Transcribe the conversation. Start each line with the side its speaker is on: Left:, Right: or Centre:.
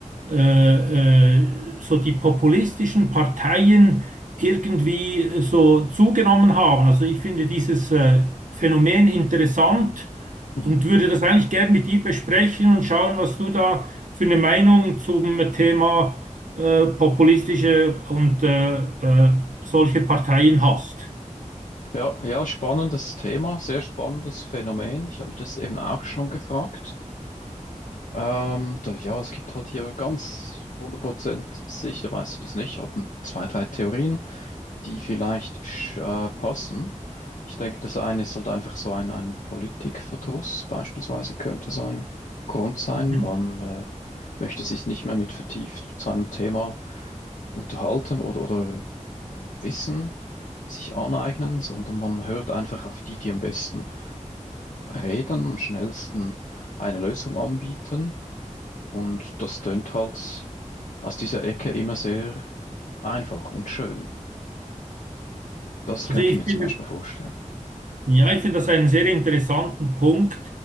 Right: äh, äh, so die populistischen Parteien irgendwie so zugenommen haben? Also ich finde dieses äh, Phänomen interessant
Left: Mhm.
Right: und würde das eigentlich gern mit dir besprechen und schauen, was du da für eine Meinung zum Thema äh, populistische und äh, äh, solche Parteien hast.
Left: Ja, ja, spannendes Thema, sehr spannendes Phänomen. Ich habe mich das eben auch schon gefragt. Ähm, da, ja, es gibt halt hier ganz 100% sicher, weiß ich das nicht. Ich habe zwei, drei Theorien. die vielleicht sch- äh, passen. Ich denke, das eine ist halt einfach so ein, ein Politikverdruss beispielsweise könnte so ein Grund sein.
Right: Mhm.
Left: Man äh, möchte sich nicht mehr mit vertieft zu einem Thema unterhalten oder, oder Wissen sich aneignen, sondern man hört einfach auf die, die am besten reden, am schnellsten eine Lösung anbieten. Und das tönt halt aus dieser Ecke immer sehr einfach und schön. Das
Right: Also
Left: könnte
Right: ich
Left: ich mir
Right: finde,
Left: zum Beispiel vorstellen.
Right: ja, ich finde das einen sehr interessanten Punkt,